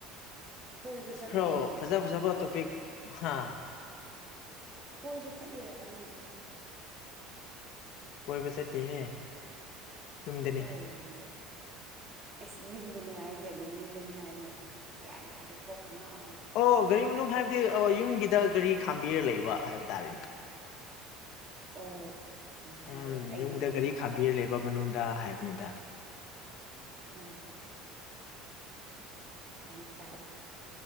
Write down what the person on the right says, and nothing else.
ꯀꯣꯏꯕ ꯆꯠꯂꯤꯔꯣ
ꯅꯪꯕꯣ
ꯀꯣꯏꯕ ꯆꯠꯂꯤꯔꯕ ꯅꯪ
ꯀꯥꯏꯗꯅꯣ ꯑꯗꯨꯗꯤ ꯏꯁ ꯌꯨꯝꯗꯅꯤ ꯍꯥꯏ ꯒꯥꯔꯤ ꯃꯅꯨꯡꯗꯅꯤ ꯍꯥꯏꯃꯨꯛ ꯒ꯭ꯌꯥꯟ ꯇꯥꯗꯦ ꯀꯣꯛꯀ ꯉꯥꯎꯋꯦꯍꯦ
ꯑꯣ ꯑꯗꯨꯃꯥꯏꯅ ꯍꯥꯏꯕ꯭ꯔꯣ
ꯑꯩꯗꯤ
ꯃꯄꯥꯟꯗ
ꯑꯣ ꯑꯦꯟꯇꯥꯂꯞ